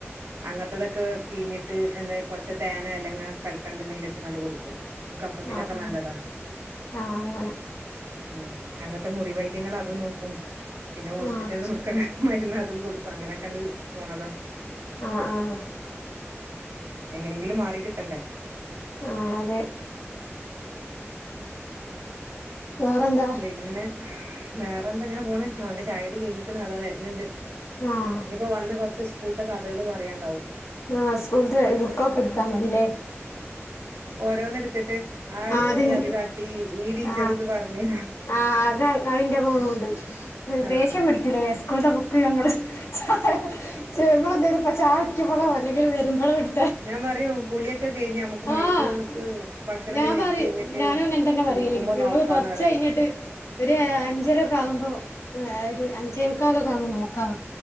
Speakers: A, on the right; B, on the left.
A: അങ്ങത്തതക്കെ പീഞ്ഞിട്ട് എന്ന് കൊർച് തേന് അല്ലങ കൽക്കണ്ട ന്തേലും ഇട്ട്ങ്ങാണ്ട് കൊടുക്കും ഈ കഫത്തിനൊക്കെ
B: ആഹ് ആഹ്
A: നല്ലതാ <inaudible>
B: ആഹ് അങ്ങനെ
A: ഉം അങ്ങത്തെ മുറി വൈദ്യങ്ങള് അതും നോക്കും പിന്നെ ഹോസ്പിറ്റലിന്ന്
B: ആഹ്
A: കൊട്ക്കണെ മരുന്ന് അതും കൊടുക്കും അങ്ങനെക്കെണ്ട് പോണതാ
B: ആഹ് ആഹ് ആഹ്
A: എങ്ങനെങ്കിലും മാറി കിട്ടണ്ടേ
B: ആഹ് അതെ വേറെന്താ
A: പിന്നെ വേറെ എന്തെങ്ങനെ പോണ് ഞാഓന്റെ ചായുടി കഴിഞ്ഞിക്ക്ണോ അതാ വര്ന്ണ്ട്
B: ആഹ്
A: ഇനിപ്പോ വന്ന് കൊറച്ച് സ്കൂള്ത്തെ കഥകള് പറയാണ്ടാവും
B: ആഹ് സ്കൂള്ത്തെ ബുക്കൊക്കെ ഇട്ക്കാൻ മടില്ലേ
A: ഓരോന്ന് ഇട്ത്തിട്ട് ആ
B: ആദ്യം
A: കുട്ടി അത് കാട്ടി ഈ ടീച്ചർ
B: ആഹ്
A: ഇത് പറഞ്ഞ്
B: ആഹ് അത് അഇന്റെ മോനൂണ്ട്
A: ആഹ്
B: ദേഷ്യം പടിക്കില്ലേ സ്കൂള്ത്തെ ബുക്ക് നമ്മള് <unintelligible> എന്തെലും ചായുട് ക്കുമ്പളോ അല്ലെങ്കിവരുമ്പളോ ഇട്
A: ഞാൻ പറയും കുളിയൊക്കെ കഴിഞ്ഞാ നമു നമക്ക് മഗ്‌രിബ്ക്ക്
B: ആഹ്
A: ഭക്ഷണൊക്കെ
B: ഞാൻ
A: കഴിച്ച്കഴിഞ്ഞിട്ട്
B: പറയും ഞാനും അങ്ങനെ തന്നെ പറയല്
A: ഇരിക്കുമ്പോ
B: ഞമ്മക്ക്
A: നോക്കാന്നറിയും
B: കൊറച്ച് കഴിഞ്ഞിട്ട് ഒരു അഅഞ്ചരൊക്കെ ആവുമ്പോ ഒരു അഞ്ച് ഞ്ചേ മുക്കാലൊക്കെ ആവുമ്പോ നോക്കാം